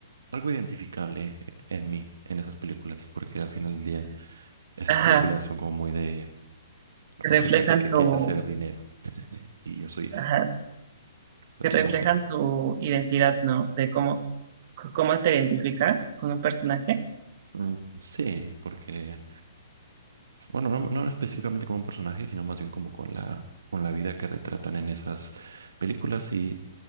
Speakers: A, on the right; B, on the right.
A: algo identificable en mí, en esas películas. Porque al final del día, esas
B: Ajá,
A: películas son como muy de,
B: que
A: pues
B: reflejan
A: de gente que
B: tu,
A: quiere hacer dinero. Y yo soy ese.
B: ajá,
A: Es
B: que reflejan
A: como que,
B: tu identidad, ¿no? De cómo, c- cómo te identificas con un personaje.
A: mm, sí, porque Bueno, no, no específicamente como un personaje, sino más bien como con la, con la vida que retratan en esas películas. Y